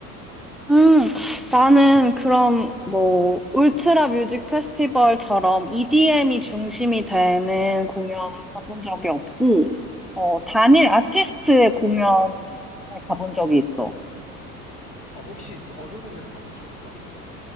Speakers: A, in the centre; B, on the left (about 75°).
A: 음, 나는 그런, 뭐, 울트라 뮤직 페스티벌처럼 EDM이 중심이 되는 공연을 가본 적이 없고, 어, 단일 아티스트의 공연을 가본 적이 있어.
B: 어, 혹시 어느 공연에 가본 적 있어?